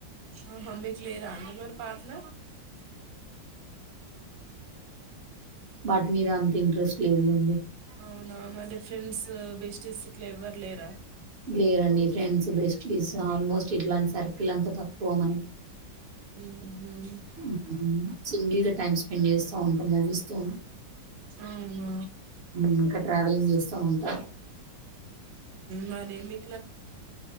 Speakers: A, on the right; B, on the right.
A: ఆహ మీ క్లియరా అడి మరి పార్ట్న
B: వాటమి రామ్ తీ ఇంట్రెస్ట్ లేవండి
A: అవునా మరి ఫ్రెండ్స్ బే స్ట్లు ఎవ్వరు లేరా
B: లేరండి ఫ్రెండ్స్ బెస్టిస్ ఆల్మోస్ట్ ఇట్లాంటి సర్కిల్ అంతా తక్కువ మనకి
A: ఉ
B: హ్మ్. సింగిల్‌గా టైమ్ స్పెండ్ చేస్తా ఉంటా మూవీస్‌తోని.
A: అవునా
B: హ్మ్. ఇంకా ట్రావెలింగ్ చేస్తా ఉంటా.
A: మరి నేమి